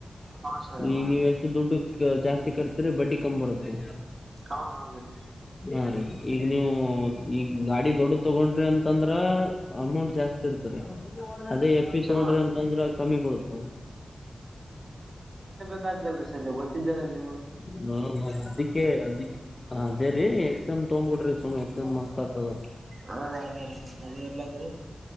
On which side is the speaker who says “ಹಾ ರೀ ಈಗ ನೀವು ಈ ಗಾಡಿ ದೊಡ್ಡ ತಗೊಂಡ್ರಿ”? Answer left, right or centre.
Left